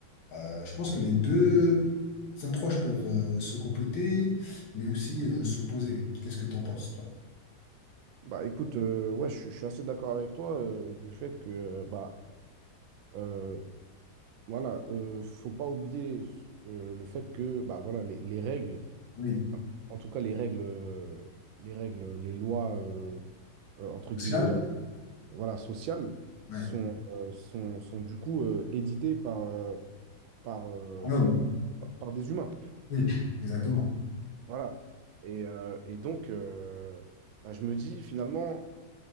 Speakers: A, on the left; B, on the right.
A: Euh, je pense que les deux approches peuvent euh, se compléter, mais aussi euh, s'opposer. Qu'est-ce que tu en penses, toi?
B: Bah écoute, euh, ouais, je, suis je suis assez d'accord avec toi euh, du fait que euh, bah euh, voilà, euh, faut pas oublier euh, le fait que bah voilà les, les règles,
A: Oui.
B: en tout cas les règles, euh, les règles, les lois euh, euh, entre guillemets
A: Social?
B: voilà, sociales
A: Ouais.
B: sont, euh, sont, sont du coup euh, éditées par, euh, par, euh,
A: À l'homme.
B: par des humains.
A: Oui, exactement.
B: Voilà. Et, euh, et donc, euh, bah, je me dis finalement,